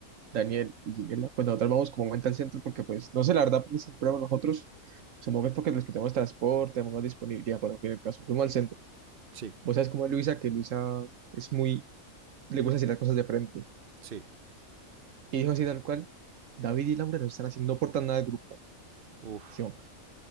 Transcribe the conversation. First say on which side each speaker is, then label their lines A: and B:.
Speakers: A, on the right; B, on the right.
A: Daniel y Ginela, pues nosotros vamos como cuenta al centro porque, pues, no sé la verdad, porque siempre vamos nosotros. Supongo que es porque los que tenemos transporte, tenemos más disponibilidad, pero en fin, el caso, fuimos al centro.
B: Sí,
A: Vos sabes cómo es Luisa, que Luisa es muy, le gusta decir las cosas de frente.
B: sí.
A: Y dijo así tal cual, David y Laura no están haciendo, no aportan nada al grupo.
B: Uf,
A: Yo